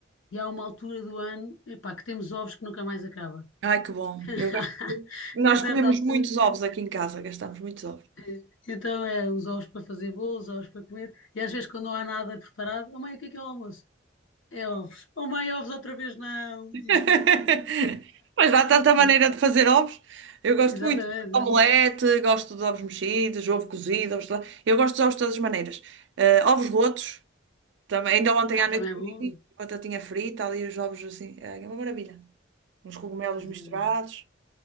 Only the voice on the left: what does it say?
e há uma altura do ano, epá, que temos ovos que nunca mais acaba.
<laughs>
E a certa
altura,
eh, então é os ovos para fazer bolos, ovos para comer, e às vezes quando não há nada preparado, oh mãe, o que é que é o almoço? É ovos. Oh mãe, ovos outra vez não.
Tipo,
<laughs>
exatamente,
exatamente.
Ah,
também
é bom.
Pois
é, pois é.